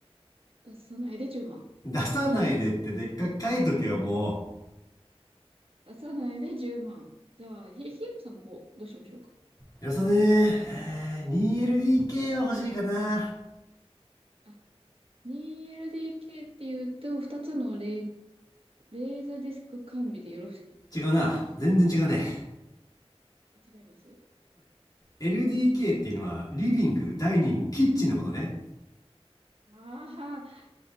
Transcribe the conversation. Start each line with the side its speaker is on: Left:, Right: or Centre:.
Right: 出さないで10万。
Left: 出さないでってでっかく書いとけよ、もう。
Right: 出さないで10万。じゃあ、ひ、ひろさんの方、どうしましょうか。
Left: よさねえー 2LDK は欲しいかな。
Right: あ、2LDK って言うと、2つのレ、レーザーディスク完備でよろしかったですか
Left: 違うな。全然違うね。
Right: あ、違います
Left: LDK っていうのはリビング、ダイニング、キッチンのことね。
Right: ああー、